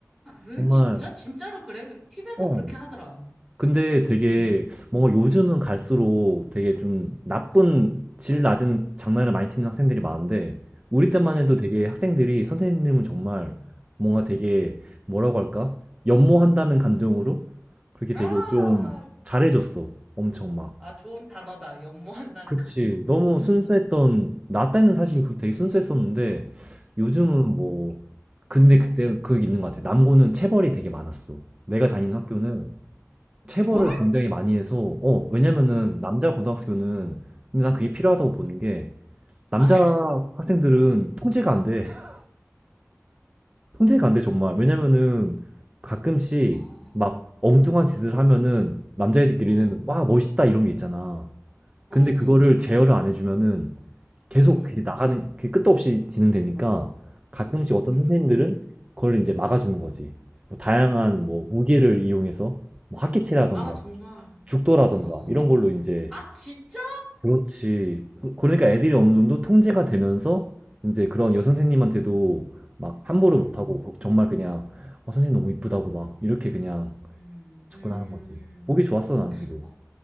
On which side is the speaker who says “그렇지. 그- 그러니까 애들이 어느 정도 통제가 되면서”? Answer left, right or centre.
Right